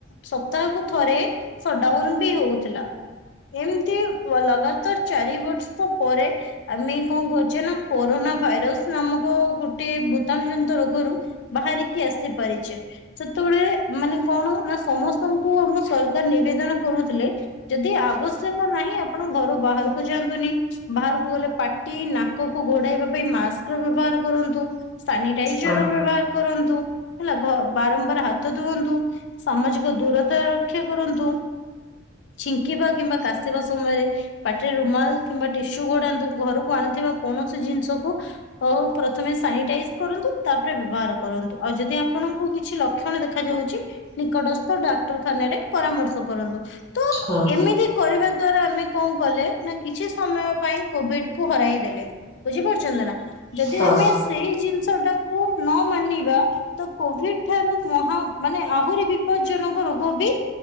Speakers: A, on the left; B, on the left.
A: ସପ୍ତାହକୁ ଥରେ ସଟଡାଉନ ବି ହୋଉଥିଲା। ଏମିତି ଲଗାତାର ଚାରି ବର୍ଷ ପରେ ଆମେ କଣ କରିଚେ ନାଁ କୋରୋନା ଭାଇରସ ନାମକ ଗୋଟେ ଭୂତାଣୁ ଜନିତ ରୋଗରୁ ବାହାରିକି ଆସିପାରିଚେ। ସେତେବେଳେ ମାନେ କଣ ନା ସମସ୍ତଙ୍କୁ ଆମ ସରକାର ନିବେଦନ କରୁଥିଲେ। ଯଦି ଆବଶ୍ୟକ ନାହିଁ ଆପଣ ଘରୁ ବାହାରକୁ ଯାଆନ୍ତୁନି। ବାହାରକୁ ଗଲେ ପାଟି ନାକକୁ ଘୋଡାଇବା ପାଇଁ ମାସ୍କ ବ୍ୟବହାର କରନ୍ତୁ ସାନି ଏଇଚରର
B: ହଁ
A: ବ୍ୟବହାର କରନ୍ତୁ ହେଲା ବାରମ୍ବାର ହାତ ଧୁଅନ୍ତୁ। ସାମାଜିକ ଦୂରତା ରକ୍ଷା କରନ୍ତୁ ଛିଙ୍କିବା କିମ୍ବା କାଶିବା ସମୟରେ ପାଟିରୁ ରୁମାଲ୍ କିମ୍ବା ଟିସୁ ଗୋଡାନ୍ତୁ ଘରକୁ ଆଣିୁଥିବା କୌଣସି ଜିନିଷକୁ ହୋଉ ପ୍ରଥମେ ସାନିଟାଇଜ୍ କରନ୍ତୁ ତାପରେ ବ୍ୟବହାର କରନ୍ତୁ ଆଉ ଯଦି ଆପଣଙ୍କୁ କିଛି ଲକ୍ଷ ଲକ୍ଷଣ ଦେଖାଯାଉଛି ନିକଟସ୍ଥ ଡାକ୍ତରଖାନାରେ ପରାମର୍ଶ କରନ୍ତୁ ତ
B: ହଁ
A: ଏମିତି କରିବା ଦ୍ଵାରା ଆମେ କଣ କଲେ ନା କିଛି ସମୟ ପାଇଁ କୋଭିଡ୍ କୁ ହରାଇ ଦେଲେ ବୁଝିପାରୁଛନ୍ତି ନା ଯଦି
B: ହଁ
A: ଆମେ ସେଇ ଜିନିଷ ଟାକୁ ନ ମାନିବା ତ କୋଭିଡ୍ ଠାରୁ ମହା ମାନେ ଆହୁରି ବି ବିପର୍ଯ୍ୟଜନକ ରୋଗ ବି